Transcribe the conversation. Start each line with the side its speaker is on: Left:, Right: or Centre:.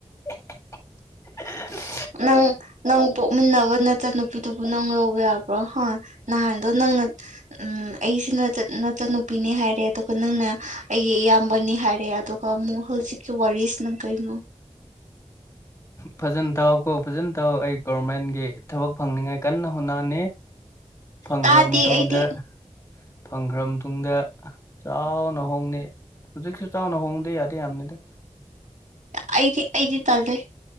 Left: <inaudible>
Right: ꯅꯪ-ꯅꯪ ꯄꯣꯛꯃꯤꯟꯅꯕ ꯅꯆꯟ ꯅꯨꯄꯤꯗꯨꯕꯨ ꯅꯪ ꯂꯧꯕ ꯌꯥꯕ꯭ꯔꯣ ꯍꯥ ꯅꯍꯥꯟꯗꯣ ꯅꯪ ꯅ ꯎ ꯑꯩꯁꯤꯅ ꯅꯆꯟ ꯅꯨꯄꯤꯅꯤ ꯍꯥꯏꯔꯦ ꯑꯗꯨꯒ ꯅꯪꯅ ꯑꯩꯒꯤ ꯏꯌꯥꯝꯕꯅꯤ ꯍꯥꯏ ꯍꯥꯏꯔꯦ ꯑꯗꯨꯒ ꯑꯃꯨꯛ ꯍꯧꯖꯤꯛꯀꯤ ꯋꯥꯔꯤꯁꯤꯅ ꯀꯩꯅꯣ
Left: ꯐꯖꯅ ꯇꯥꯎ ꯀꯣ ꯐꯖꯅ ꯇꯥꯎ ꯑꯩ ꯒꯣꯕꯔꯃꯦꯟꯒꯤ ꯊꯕꯛ ꯐꯪꯅꯤꯡꯉꯥꯏ ꯀꯟꯅ ꯍꯣꯠꯅꯅꯤ ꯐꯪꯈ꯭ꯔꯕ
Right: ꯇꯥꯗꯦ
Left: ꯃꯇꯨꯡꯗ
Right: ꯑꯩꯗꯤ
Left: ꯐꯪꯈ꯭ꯔ ꯃꯇꯨꯡꯗ ꯆꯥꯎꯅ ꯍꯣꯡꯅꯤ ꯍꯧꯖꯤꯛꯁꯨ ꯆꯥꯎꯅ ꯍꯣꯡꯕꯁꯨ ꯌꯥꯗꯤ ꯌꯥꯝꯕꯅꯤ
Right: ꯑꯩꯗꯤ ꯑꯩꯗꯤ ꯇꯟꯂꯦ